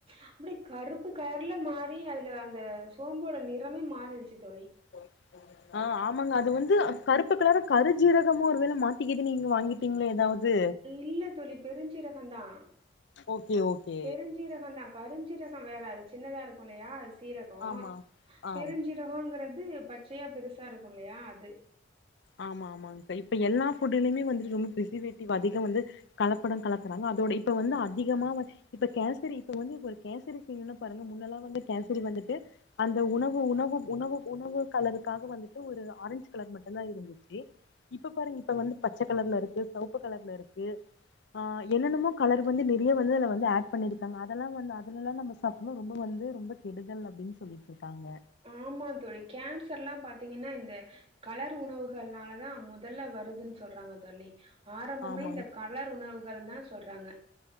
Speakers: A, on the right; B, on the left.
A: அப்டியே கருப்பு கலர்ல மாறி அதுல அந்த சோம்போட நிறமே மாறிடுச்சு தோழி
B: போய்ட்டான் ஆ ஆமாங்க அது வந்து கருப்பு கலர் கருஜீரகமா ஒரு வேளை மாத்திக்கிட்டு நீங்க வாங்கிட்டீங்களோ ஏதாவது
A: இல்ல தோழி பெருஞ்சீரகம் தான்
B: ஓகே ஓகே
A: பெருஞ்சீரகம் தான் கருஞ்சீரகம் வேற அது சின்னதா இருக்கும் இல்லையா அது சீரகம்
B: ஆமா ஆ
A: பெருஞ்சீ ரகங்கிறது பச்சையா பெருசா இருக்கும் இல்லையா அது
B: ஆமா ஆமாங்க தோழி இப்ப எல்லா ஃபுட்லயுமே வந்து ரொம்ப பிரிசர்வேட்டிவ் அதிகம் வந்து கலப்படம் கலக்குறாங்க அதோட இப்ப வந்து அதிகமா வ இப்ப கேசரி இப்ப வந்து ஒரு கேசரி செய்யணும்னா பாருங்க முன்னெல்லாம் வந்து கேசரி வந்துட்டு அந்த உணவு உணவு உணவு உணவு கலருக்காக வந்துட்டு ஒரு ஆரஞ்ச் கலர் மட் டும் தான் இருந்துச்சு இப்ப பாருங்க இப்ப வந்து பச்ச கலர்ல இருக்கு செவப்பு கலர்ல இருக்கு ஆ என்னென்னமோ கலர் வந்து நிறைய வந்து அதல வந்து ஆட் பண்ணிருக்காங்க அதெல்லாம் வந்து அதலல்லாம் நம்ம சா ஆனா ரொம்ப வந்து ரொம்ப கெடுதல் அப்டின்னு சொல்லிட்டு இருக்காங்க
A: ஆமா தோழி கேன்சர்ல்லாம் பாத்தீங்கன்னா இந்த கலர் உணவுகள்னாலதான் முதல்ல வருதுன்னு சொல்றாங்க தோழி ஆரம்பமே
B: ஆமாங்
A: இந்த கலர் உணவுகள் தான் சொல்றாங்க